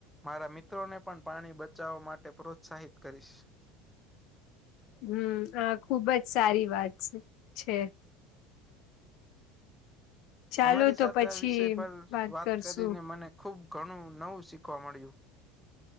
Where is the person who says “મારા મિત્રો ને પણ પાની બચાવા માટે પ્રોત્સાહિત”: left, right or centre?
Centre